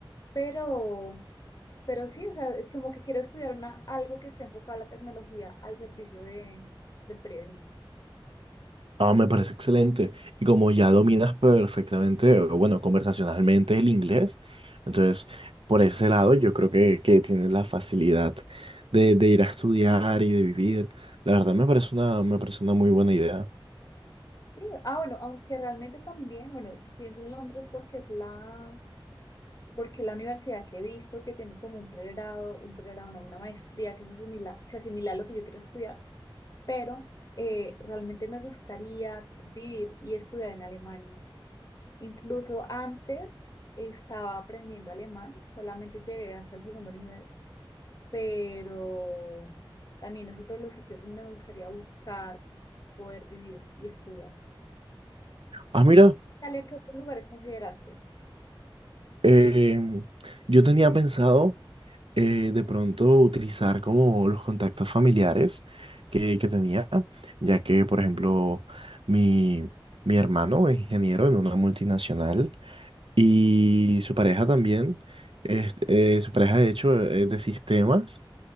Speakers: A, on the left; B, on the right.
A: pero, pero sí, o sea, es como que quiero estudiar una, algo que esté enfocado a la tecnología al servicio de, del periodismo.
B: ah, me parece excelente. Y como ya dominas perfectamente, o bueno, conversacionalmente el inglés, entonces, por ese lado, yo creo que, que tienes la facilidad de, de ir a estudiar y de vivir. La verdad, me parece una, me parece una muy buena idea.
A: Sí, ah, bueno, aunque realmente también, bueno, pienso en Londres porque es la, porque la universidad que he visto que tiene como un pregrado, un pregrado, no, una maestría que se asimila, se asimila a lo que yo quiero estudiar, pero eh, realmente me gustaría vivir y estudiar en Alemania. Incluso antes estaba aprendiendo alemán, solamente llegué hasta el segundo nivel, pero también es otro de los sitios donde me gustaría buscar poder vivir y estudiar.
B: Ah, mira.
A: Talia, ¿qué otros lugares consideraste?
B: Em, yo tenía pensado eh, de pronto utilizar como los contactos familiares que, que tenía, ya que, por ejemplo, mi, mi hermano es ingeniero en una multinacional y su pareja también, es- eh, su pareja de hecho es de sistemas